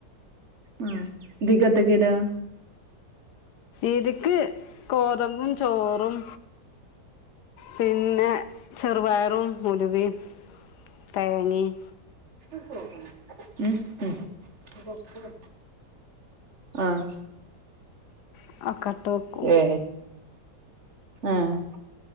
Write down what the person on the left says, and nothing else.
ഇതിക്ക് ഗോതമ്പും ചോറും പിന്നെ ചെറുപയറും ഉലുവിം തേങ്ങേമ്
<unintelligible>